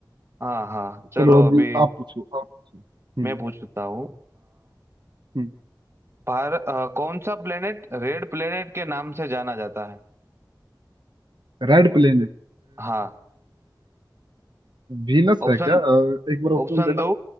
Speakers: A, on the right; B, on the right.
A: हाँ हाँ चलो
B: चलो अभी
A: अभी
B: आप पूछो आप पूछो हम्म
A: मैं पूछता हूँ
B: हम्म
A: भारत कौन सा प्लेनेट रेड प्लेनेट के नाम से जाना जाता है
B: रेड प्लेनेट
A: हाँ
B: वीनस
A: ऑप्शन
B: है क्या अ, एक बार ऑप्शन
A: ऑप्शन
B: देना
A: दो